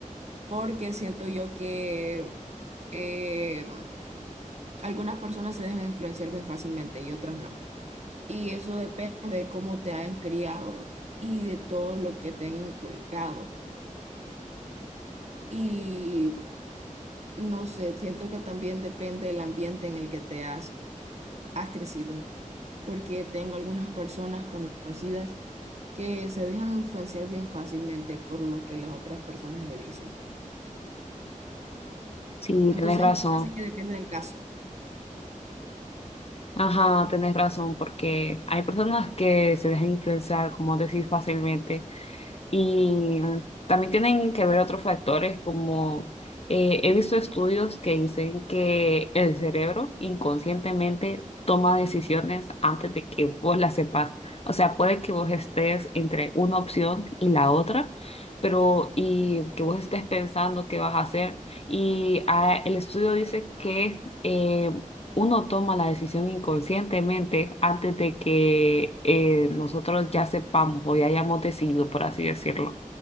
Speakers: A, on the right; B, on the left.
A: Porque siento yo que eh, algunas personas se dejan influenciar bien fácilmente y otras no. Y eso depende de cómo te han criado y de todo lo que te han inculcado. Y no sé, siento que también depende del ambiente en el que te has has crecido, porque tengo algunas personas conocidas que se dejan influenciar bien fácilmente por lo que las otras personas le dicen.
B: Sí,
A: Entonces
B: tenés razón.
A: a mí se me hace que depende del caso.
B: Ajá, tenés razón, porque hay personas que se dejan influenciar, como decir, fácilmente. Y también tienen que ver otros factores, como eh, he visto estudios que dicen que el cerebro inconscientemente toma decisiones antes de que vos las sepas. O sea, puede que vos estés entre una opción y la otra, pero y que vos estés pensando qué vas a hacer. Y ah, el estudio dice que... eh, uno toma la decisión inconscientemente antes de que eh, nosotros ya sepamos o ya hayamos decidido, por así decirlo.